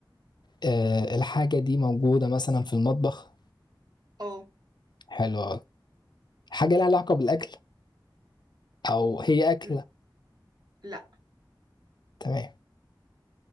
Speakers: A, on the left; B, on the right.
A: إيه الحاجة دي موجودة مثلا في المطبخ
B: اه
A: حلو أوي حاجة لها علاقة بالأكل او هي اكله
B: م، لا
A: تمام